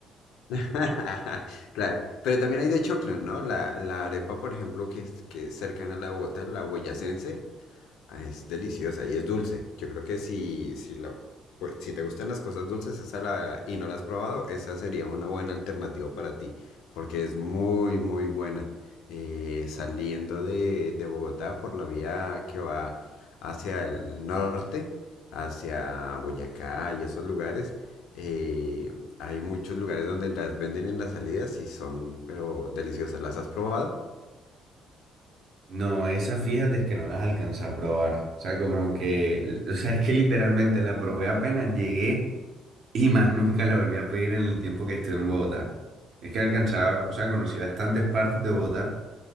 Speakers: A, on the left; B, on the right.
A: <laughs> Claro, pero también hay de choclo, ¿no? La, la arepa, por ejemplo, que es, que es cercana a la de Bogotá, la boyacense. Ah, Es deliciosa y es dulce. Yo creo que si, si, la, pues, si te gustan las cosas dulces esa la, y no la has probado, esa sería una buena alternativa para ti, porque es muy, muy buena. Eh, saliendo de, de Bogotá por la vía que va hacia el norte, hacia Boyacá y esos lugares, eh, hay muchos lugares donde las venden en las salidas y son, pero deliciosas. ¿Las has probado?
B: No, esas fíjate es que no las alcancé a probar. O sea, como que, o sea, es que literalmente la probé apenas llegué y más nunca la volví a pedir en el tiempo que estuve en Bogotá. Es que alcanzaba, o sea, conocí bastantes partes de Bogotá